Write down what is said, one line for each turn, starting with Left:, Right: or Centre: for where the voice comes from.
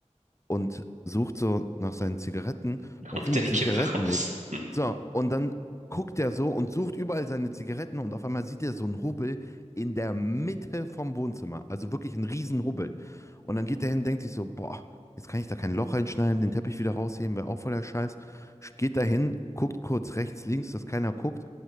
Left: und sucht so nach seinen Zigaretten
Right: <laughs>
Left: und
Right: Holt
Left: findet
Right: er die
Left: Zigaretten
Right: Kippe raus.
Left: nicht. So, und dann guckt er so und sucht überall seine Zigaretten und auf einmal sieht er so einen Hubbel in der Mitte vom Wohnzimmer. Also wirklich einen riesen Hubbel. Und dann geht er hin, und denkt sich so, boah, jetzt kann ich da kein Loch reinschneiden, den Teppich wieder rausheben, wäre auch voller Scheiß. Geht da hin, guckt kurz rechts, links, dass keiner guckt.